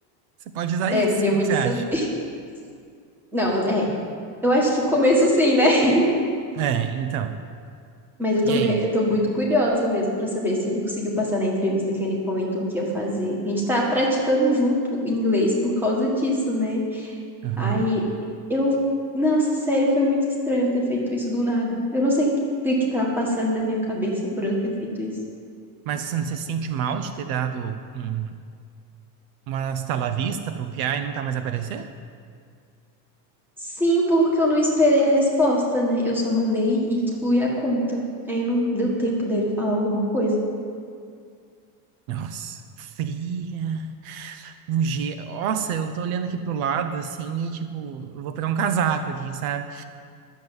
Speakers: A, on the right (about 65°); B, in the centre.
A: Você pode usar
B: É,
A: isso.
B: eu queria
A: O que
B: muito
A: que você
B: saber.
A: acha?
B: <laughs> Não, é. Eu acho que o começo sim, né? <laughs>
A: É, então.
B: Mas eu
A: E
B: tô, me-
A: aí?
B: eu tô muito curiosa mesmo pra saber se ele conseguiu passar na entrevista que ele comentou que ia fazer. A gente tá praticando junto inglês por causa disso, né?
A: Aham.
B: Aí eu. Nossa, sério, foi muito estranho eu ter feito isso do nada. Eu não sei o que que tá passando na minha cabeça por eu ter feito isso.
A: Mas você não se sente mal de ter dado um, uma estalavista la vista pro Piá e nunca mais aparecer?
B: Sim, porque eu não esperei a resposta, né? Eu só mandei e excluí a conta. Aí não deu tempo dele falar alguma coisa.
A: Nossa, fria. Um g. Nossa, eu tô olhando aqui pro lado assim e tipo, eu vou pegar um casaco aqui, sabe?